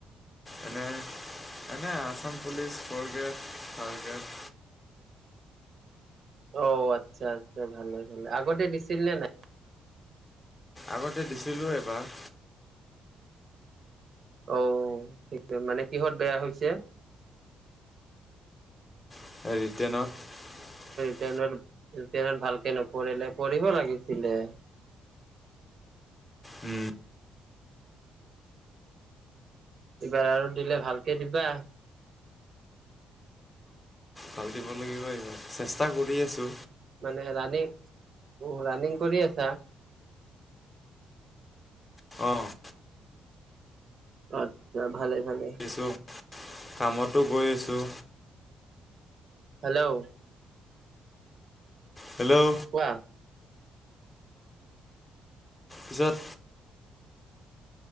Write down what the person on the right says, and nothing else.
অ', আচ্ছা আচ্ছা, ভালেই ভালেই, আগতে দিছিল নে নাই?
অ', সি কে মানে কিহত বেয়া হৈছে?
তেনত-ৰিতেনত ভালকে নপৰিলে, পৰিব লাগিছিলে।
এইবাৰ আৰু দিলে ভাল কে দিবা।
মানে ৰানিং, ও ৰাণিং কৰি আছা?
আত্ছা, ভালে ভালে।
হেল্ল'
কোৱা?